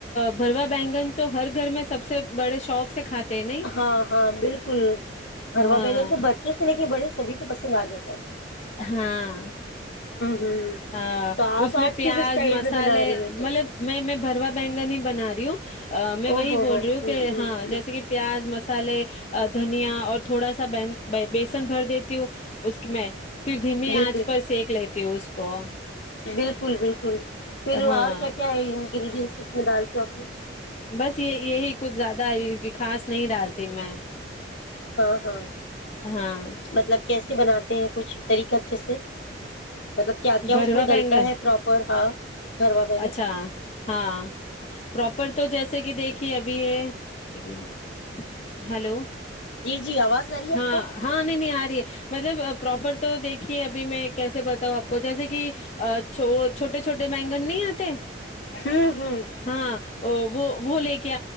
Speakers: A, on the left; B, on the left.
A: بھروا بینگن تو ہر گھر میں سب سے بڑے شوق سے کھاتے ہیں نہیں
B: ہاں ہاں بالکل بھروا
A: ہاں
B: بیگن تو بچوں سے لے کے بڑے سبھی کو پسند آ جاتا ہے اچ <unintelligible>
A: ہاں
B: ہوں
A: ہاں
B: تو آپ
A: اس میں
B: آج
A: پیاز
B: کس اسٹائل
A: مسالے
B: میں بنا رہی ہو تو
A: مطلب میں میں برو بگنی بن رہی میں
B: او
A: وہی
B: ہو
A: بول
B: ہو
A: رہی ہوں کہ ہاں
B: ہوں
A: جیسے کہ پیاز مسالے دھنیا اور تھوڑا سا بیسن بھر دیتی ہوں اس کی میں پھر دھیمی
B: بالکل
A: آنچ پر سینیک لیتے تو کو
B: بالکل بالکل پھر
A: ہاں
B: اور کیا کیا ہے گرڈ اس میں دال چوپی
A: بس یہ یہی کچھ زیادہ و خاس نہیں ڈالتی میں
B: ہاں ہاں
A: ہاں
B: مطلب کیسے بناتا تے ہیں کچھ طریقہ جیسے مطلب کیا کیا
A: بھروا
B: اس میں ڈلتا
A: بینگن
B: ہے پراپر ہاں بھروا بیگن
A: اچھا ہاں پرپ تو جیسے کہ دیکھیے ابھی یہ ایک منٹ ہلو
B: جی جی آواز آ رہی ہے آپ
A: ہاں
B: کو
A: ہاں نہیں نہیں آ مطلب پراپر تو دیکھیے ابھی میں کیسے بتاؤں آپ جیسے کہ وہ چھوٹے چھوٹے بینگن نہیں آتے
B: ہوں ہوں
A: ہاں وہ وہ لے کے